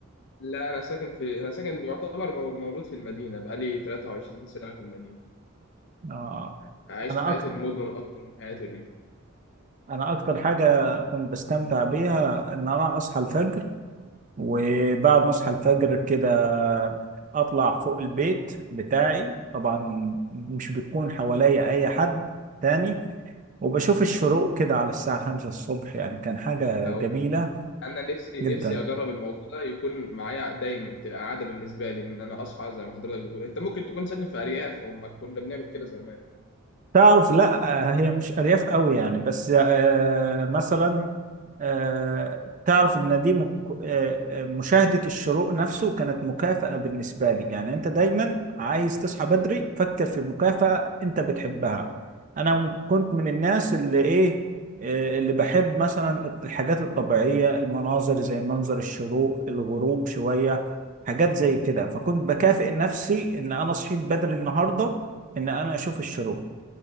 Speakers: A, on the left; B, on the right.
A: لا أنا ساكن في أنا ساكن يعتبر مو- مولود في المدينة بقالي 23 سنة في المدينة
B: آه،
A: أعيش
B: انا
A: حياة
B: اكتر
A: المدن أكتر من حياة الريف
B: انا اكتر حاجه كنت بستمتع بيها ان انا اصحى الفجر وبعد ما اصحى الفجر كده اطلع فوق البيت بتاعي طبعا مش بيكون حواليا اي حد تاني وبشوف الشروق كده على الساعه 5 الصبح يعني كان حاجه
A: أو
B: جميله
A: أنا نفسي
B: جدا
A: نفسي أجرب الموضوع ده يكون معايا دايما تبقى عادة بالنسبة لي إن أنا أصحى زي ما حضرتك بتقول أنت ممكن تكون ساكن في أرياف هم كنا بنعمل كده زمان
B: تعرف لا آه، هي مش أرياف قوي يعني بس آه، مثلا آه، تعرف إن دي مك... آه، آه، مشاهدة الشروق نفسه كانت مكافأة بالنسبة لي يعني أنت دايما عايز تصحى بدري فكر في مكافأة أنت بتحبها أنا م- كنت من الناس اللي إيه آه، اللي بحب مثلا الحاجات الطبيعية المناظر زي منظر الشروق الغروب شوية حاجات زي كده فكنت بكافئ نفسي إن أنا صحيت بدري النهاردة إن أنا أشوف الشروق